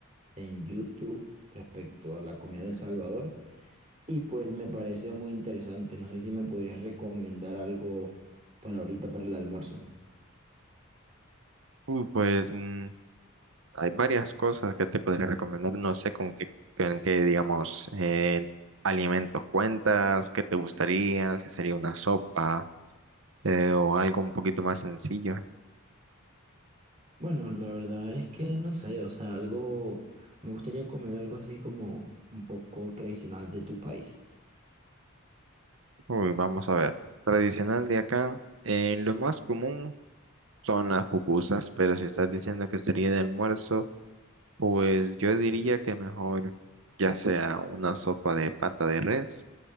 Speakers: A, on the right; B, on the right.
A: en YouTube respecto a la comida del Salvador y pues me parece muy interesante. No sé si me podrías recomendar algo para ahorita para el almuerzo.
B: Uy, pues mm, hay varias cosas que te podría recomendar. No sé con qué, con qué, digamos, eh, alimentos cuentas, qué te gustaría, si sería una sopa eh, o algo un poquito más sencillo.
A: Bueno, la verdad es que no sé, o sea, algo, me gustaría comer algo así como un poco tradicional de tu país.
B: Uy, vamos a ver. Tradicional de acá, eh, lo más común son las pupusas, pero si estás diciendo que sería de almuerzo, pues yo diría que mejor ya sea una sopa de pata de res